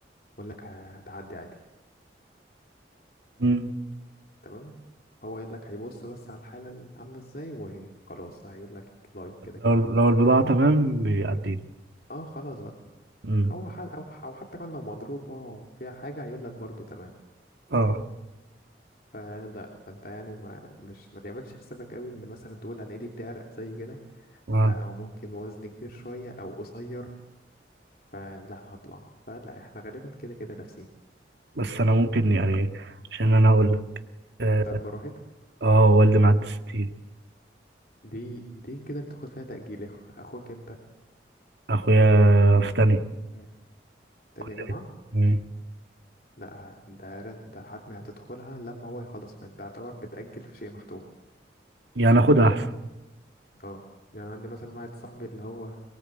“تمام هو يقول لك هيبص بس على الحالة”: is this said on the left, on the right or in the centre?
Left